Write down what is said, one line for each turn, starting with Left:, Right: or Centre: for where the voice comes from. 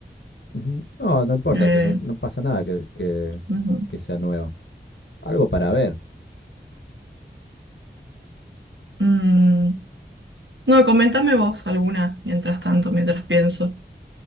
Left: Ujú. No, no importa,
Right: Eh,
Left: que no, no pasa nada que, que
Right: ujú.
Left: que sea nueva. Algo para ver.
Right: Mm, No, coméntame vos alguna mientras tanto, mientras pienso.